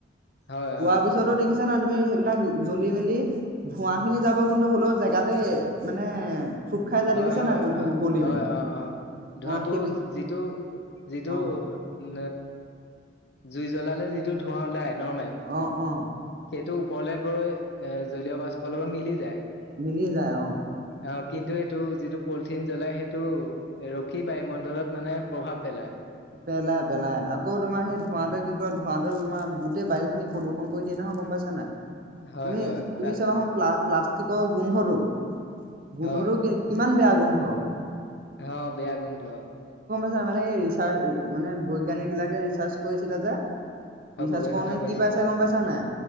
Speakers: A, on the left; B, on the right.
A: হয়
B: পোৱাৰ
A: অ
B: পিছতো দেখিছা না তুমি বিলাক জ্বলি মেলি ধোৱা খিনি যাব কিন্তু হ'লেও জেগাতে মানে থুপ খাই যায়
A: হয়
B: দেখিছা
A: হয়
B: নাই পলিথিনবোৰ
A: হয়
B: গলি
A: হয়
B: মেলি
A: অ অ ধোঁৱাটো
B: অ সেই
A: যিটো যিটো
B: অ
A: উ জুই জ্বলালে যিটো ধোঁৱা ওলাই নৰ্মেল
B: অ অ
A: এইটো ওপৰলে গৈ এ জলীয় বাষ্প লগত মিলি যায়
B: মিলি যায় অ
A: অ কিন্তু এইটো যিটো পলিথিন জ্বলাই সেইটো ৰখি বায়ুমণ্ডলত মানে প্ৰভাৱ পেলায়
B: পেলাই পেলাই আকৌ তোমাৰ সেই ধোঁৱতে
A: উম
B: কি ক ধোঁৱাতেৰে তোমাৰ গোটেই বায়ু খিনি প্ৰদূষণ কৰি দিয়ে নহয় গম পাইছোন নাই তুমি
A: হয় হয়
B: তুমি
A: তা
B: চাবা হ প্লাক প্লাষ্টিক গোন্ধ ৰ গোন্ধৰ
A: হয়
B: কিমান বেয়া বন্ধ হ'ব
A: অ বেয়া গোন্ধ ৰ
B: াৰ মানে এই ৰিচাৰ্চ মানে বৈজ্ঞানিক বিলাকে ৰিচাৰ্চ কৰিছিলে যে
A: অ
B: ৰিচাৰ্জ
A: গৱেষণা
B: কৰা নাই
A: কৰিছিলে
B: <unintelligible> কি পাইছা
A: অ
B: গম পাইছা নাই